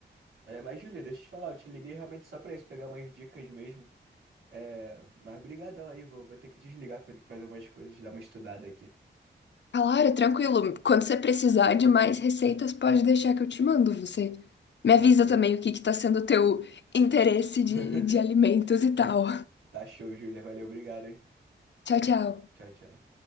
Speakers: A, on the right; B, on the left.
A: É, mas, Julia, deixa eu te falar, eu te liguei realmente só pra isso, pegar umas dicas mesmo. É, mas brigadão aí, vou, vou ter que desligar, que eu vou ter que fazer umas coisas, dar uma estudada aqui.
B: Claro, tranquilo. Quando você precisar de mais receitas, pode deixar que eu te mando. Você me
A: Tá
B: avisa
A: show.
B: também o que que tá sendo o teu interesse de,
A: <laughs>
B: de alimentos e tal.
A: Tá show, Julia. Valeu, obrigado, hein?
B: Tchau, tchau.
A: Tchau, tchau.